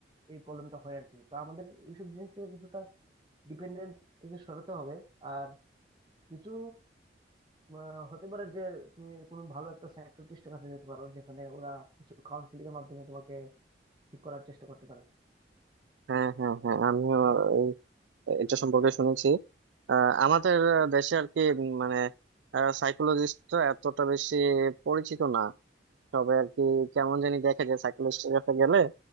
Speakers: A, on the right; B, on the right.
A: এই প্রবলেমটা হয় আর কি তো আমাদের এইসব জিনিস থেকে কিছুটা ডিপেন্ডেন্ট থেকে সরাতে হবে আর কিছু আহ, হতে পারে যে তুমি কোনো ভালো একটা সাইকিয়াট্রিস্টের কাছে যেতে পারো যেখানে ওরা কিছু কাউন্সিলিং এর মাধ্যমে তোমাকে ঠিক করার চেষ্টা করতে পারে
B: হ্যাঁ হ্যাঁ হ্যাঁ আমিও এই- এটা সম্পর্কে শুনেছি আহ, আমাদের দেশে আর কি উম, মানে সাইকোলজিস্টরা এতটা বেশি পরিচিত না তবে আর কি কেমন জানি দেখা যায় সাইকোলজিস্টের কাছে গেলে